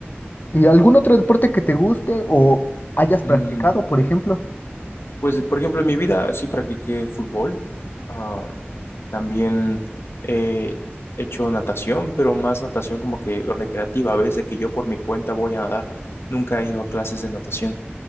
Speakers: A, on the left (about 45°); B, on the left (about 70°).
A: ¿Y algún otro deporte que te guste o hayas practicado,
B: Mm,
A: por ejemplo?
B: Pues, por ejemplo, en mi vida sí practiqué fútbol. Ah, también eh, he hecho natación, pero más natación como que recreativa, ¿ves? De que yo por mi cuenta voy a nadar. Nunca he ido a clases de natación.